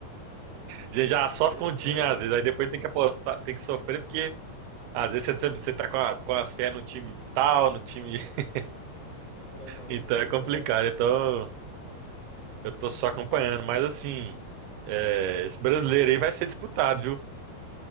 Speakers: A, on the right; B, on the left.
A: Já, já sofre
B: Verdade.
A: com o time às vezes, aí depois tem que apostar, tem que sofrer, porque às vezes você, você tá com a, com a fé no time tal, no time. <laughs>
B: É, não,
A: Então
B: duro que é
A: é
B: verdade.
A: complicado. Então eu tô só acompanhando,
B: Ah,
A: mas assim, é, esse brasileiro aí vai ser disputado, viu?